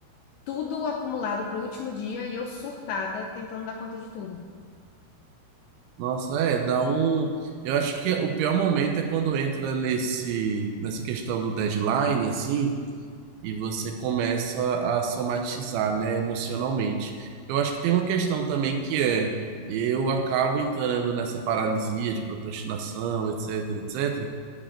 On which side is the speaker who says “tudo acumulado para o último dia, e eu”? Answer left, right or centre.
Left